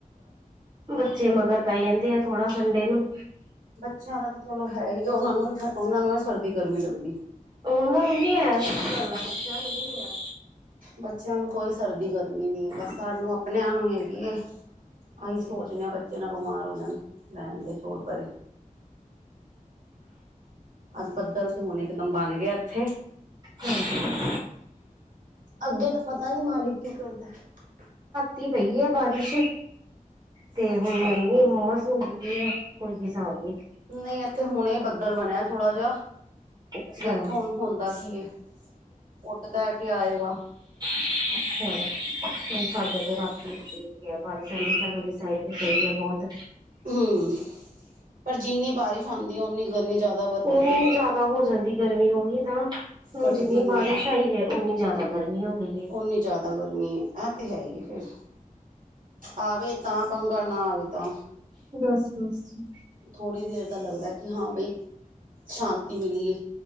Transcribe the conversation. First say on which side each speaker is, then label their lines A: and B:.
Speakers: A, on the right; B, on the right.
A: ਬੱਚੇ ਮਗਰ ਪੈ ਜਾਂਦੇ ਆ ਥੋੜਾ ਸੰਡੇ ਨੂੰ
B: ਬੱਚਿਆਂ ਦਾ ਤੇ ਚਲੋ ਹੈ ਹੀ ਉਹਨਾਂ ਨੂੰ ਉਹਨਾਂ ਨੂੰ ਸਰਦੀ ਗਰਮੀ ਲੱਗਦੀ।
A: ਉਹਨਾਂ ਨੂੰ ਨੀ ਐ ਇਸ ਗੱਲ ਐ ਬੱਚਿਆਂ ਨੂੰ ਨਹੀਂ ਐ।
B: ਬੱਚਿਆਂ ਨੂੰ ਕੋਈ ਸਰਦੀ ਗਰਮੀ ਨੀ ਹੈ ਬਸ
A: ਹਾਂਜੀ
B: ਸਾਨੂੰ ਆਪਣਿਆਂ ਨੂੰ ਹੈਗੀ ਐ। ਅਸੀਂ
A: ਹਮ
B: ਸੋਚਦੇ ਹਾਂ ਬੱਚੇ ਨਾ ਬਿਮਾਰ ਹੋ ਜਾਣ ਰਹਿਣ ਦੇ ਛੋੜ ਪਰੇ ਅੱਜ ਬੱਦਲ ਤੇ ਹੁਣ ਇਕਦਮ ਬਣ ਗਿਆ। ਇੱਥੇ
A: ਹਾਂਜੀ
B: ਅੱਗੇ ਤਾਂ ਪਤਾ ਨੀ ਮਾਲਿਕ ਕੀ ਕਰਦਾ ਐ।
A: ਹੁੰਦੀ ਪਈ ਐ ਬਾਰਿਸ਼ ਤੇ
B: ਅੱਛਾ
A: ਹੁਣ ਇਨੀ ਹੂਮਸ ਹੋਈ। ਕਿ ਕੋਈ ਹਿਸਾਬ ਨੀ।
B: ਨਹੀਂ ਇੱਥੇ ਹੁਣੇ ਹੀ ਬੱਦਲ ਬਣਿਆ ਥੋੜਾ ਜਿਹਾ।
A: ਅੱਛਾ
B: ਦੇਖੋ
A: ਹਮ
B: ਹੁਣ ਹੁੰਦਾ ਕੀ ਏ ਉੱਡਦਾ ਕੇ ਆਏਗਾ।
A: <inaudible> ਹੂੰ ਹੂੰ ਸਾਡੇ ਤੇ ਰਾਤੀ ਵੀ ਪਈ ਐ। ਬਾਰੀਸ਼ ਅੰਮ੍ਰਿਤਸਰ ਵਾਲੀ ਸਾਈਡ ਵੀ ਪਈ ਏ ਬਹੁਤ
B: ਹੂ ਪਰ ਜਿੰਨੀ ਬਾਰਿਸ਼ ਆਉਂਦੀ ਹੈ। ਉਨੀ ਗਰਮੀ ਜ਼ਿਆਦਾ ਵੱਧਦੀ
A: ਉਹਨੀ
B: ਐ।
A: ਜ਼ਿਆਦਾ ਹੋ ਜਾਂਦੀ ਗਰਮੀ ਉਹੀ ਨਾ ਹੁਣ,
B: ਘੱਟਦੀ
A: ਜਿੰਨੀ
B: ਨੀ
A: ਬਾਰਿਸ਼
B: ਹੈ
A: ਆਈ ਹੈ ਉਨੀ ਜ਼ਿਆਦਾ ਗਰਮੀ ਹੋ ਗਈ
B: ਓਨੀ ਜ਼ਿਆਦਾ ਗਰਮੀ ਇਹ ਤੇ ਹੈ ਹੀ ਫਿਰ ਆਵੇ ਤਾਂ ਪੰਗਾ ਨਾ ਆਵੇ ਤਾਂ
A: ਬਸ-ਬਸ ਜੀ।
B: ਥੋੜੀ ਦੇਰ ਦਾ ਲੱਗਦਾ ।ਕਿ ਹਾਂ ਬਈ ਸ਼ਾਂਤੀ ਮਿਲੀਏ,